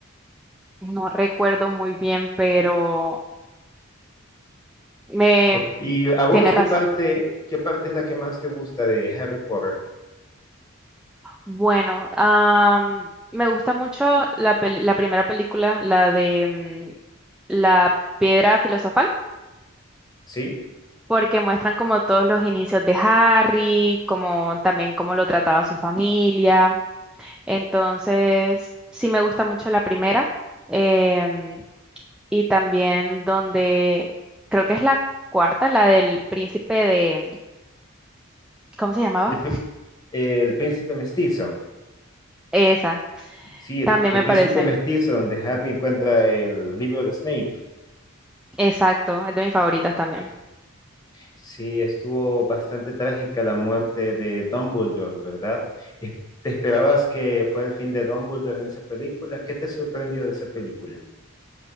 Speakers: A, in the centre; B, on the left (about 20°).
A: No recuerdo muy bien, pero me
B: Ok, ¿Y a vos
A: tiene
B: qué
A: razón.
B: parte, qué parte es la que más te gusta de Harry Potter?
A: Bueno, am, me gusta mucho la peli- la primera película, la de mm, la piedra filosofal,
B: ¿Sí?
A: porque muestran como todos los inicios de Harry, como también cómo lo trataba su familia. Entonces, sí me gusta mucho la primera em, y también donde creo que es la cuarta, la del príncipe de, ¿cómo se llamaba?
B: El, pr- el príncipe mestizo.
A: Esa,
B: Sí, el,
A: también
B: el
A: me
B: príncipe
A: parece,
B: mestizo, donde Harry encuentra el libro de Snape.
A: exacto, es de mis favoritas también.
B: Sí, estuvo bastante trágica la muerte de Dumbledore, ¿verdad? Es- ¿Te esperabas que fuera el fin de Dumbledore en esa película? ¿Qué te sorprendió de esa película?